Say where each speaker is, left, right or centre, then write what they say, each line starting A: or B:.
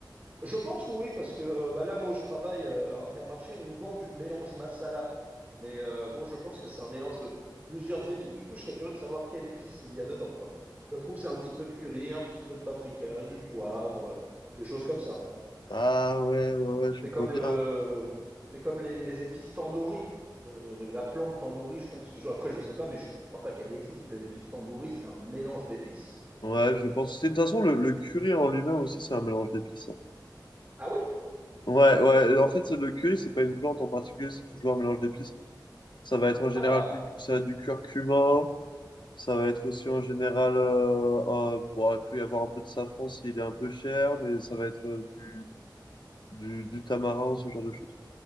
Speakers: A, on the right (about 20°); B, on the left (about 75°).
A: Je pense oui, parce que euh, bah là, moi, où je travaille euh, à Intermarché, on vend du mélange masala. Mais euh, bon, je pense que c'est un mélange de plusieurs épices. Du coup, je serais curieux de savoir quelle épice il y a dedans, quoi. Ça se trouve, c'est un petit peu de curry, un petit peu de paprika, du poivre, euh, des choses comme ça.
B: Ah ouais, ouais, ouais, je
A: C'est comme
B: vois bien.
A: le, c'est comme les, les épices tandoori. Je- la plante tandoori, je pense. je- après, je sais pas, mais je, je crois pas qu'elle existe. Les épices tandoori, c'est un mélange d'épices, je pense.
B: Ouais, je pense. C'est- De toute façon, le, le curry en lui-même aussi, c'est un mélange d'épices. hein.
A: Ah oui?
B: Ouais, ouais. En fait, c'est- le curry, c'est pas une plante en particulier, c'est toujours un mélange d'épices. Ça va être en général
A: Ah bah,
B: du, ça, va être du curcuma, Ça va être aussi en général, euh, un- bon, il peut y avoir un peu de safran s'il est un peu cher, mais ça va être euh, du, du, du tamarin, ce genre de choses.